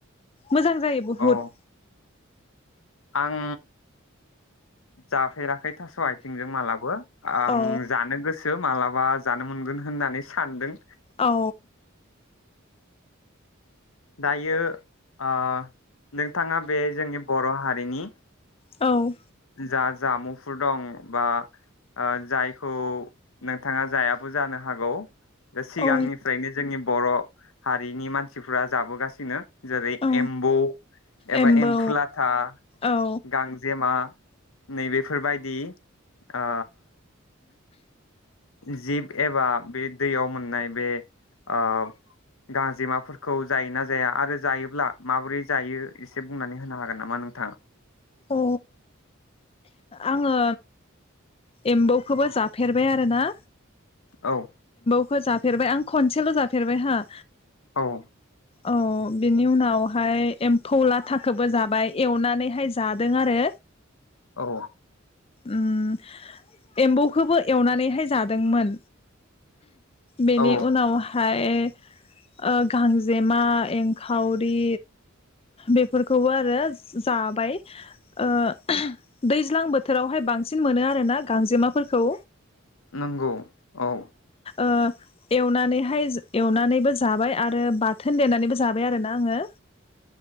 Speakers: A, on the left; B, on the left.
A: मोजां जायो बुहुत
B: औ आं जाफेराखै थास' आथिंजों मालाबो आं
A: औ
B: जानो गोसो मालाबा जानो मोनगोन होननानै सानदों
A: औ
B: दायो आ नोंथाङा बे जोंनि बर' हा बेनि
A: औ
B: जा जामुफोर दं बा आ जायखौ नोंथाङा जायाबो जानो हागौ बे सिगांनिफ्रायनो
A: औ
B: जोंनि बर' हारिनि मानसिफ्रा जाबोगासिनो जेरै
A: औ
B: एम्बौ एबा
A: एम्बौ
B: एम्फु लाथा,
A: औ
B: गांजेमा नैबेफोरबायदि आ जिब एबा बे दैयाव मोननाय बे ओ गांजेमाफोरखौ जायोना जाया आरो जायोब्ला माबोरै जायो एसे बुंनानै होनो हागोन नामा नोंथाङा
A: अ आङो एम्बौखौबो जाफेरबाय आरोना
B: औ
A: खौ जाफेरबाय आं खनसेल जाफेरबाय हा
B: औ
A: औ बिनि उनावहाय एम्फौ लाथाखौबो जाबाय एवनानैहाय जादों आरो
B: औ
A: उम एम्बौखौबो एवनानैहाय जादोंमोन बेनि
B: औ
A: उनावहाय ओ गांजेमा एंखावरि बेफोरखौबो आरो जाबाय ओ दैज्लां बोथोरावहाय बांसिन मोनो आरो ना गांजेमाफोरखौ
B: नंगौ औ
A: ओ एवनानैहाय एवनानैबो जाबाय आरो बाथोन देनानैबो जाबाय आरोना आङो